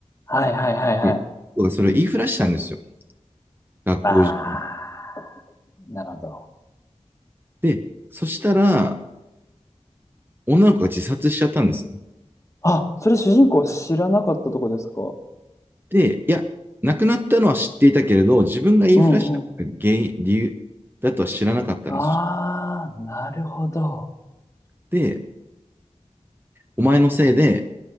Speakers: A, on the left; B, on the right.
A: はいはいはいはい。
B: で僕がそれを言いふらしたんですよ。学校中に。
A: ああ、なるほど。
B: で、そしたら、女の子が自殺しちゃったんですね。
A: あ、それ主人公は知らなかったとこですか
B: で、いや、亡くなったのは知っていたけれど、自分が言いふらした原因、
A: うんうん。
B: 理由だとは知らなかったんです
A: ああ、なるほど。
B: よ。で、お前のせいで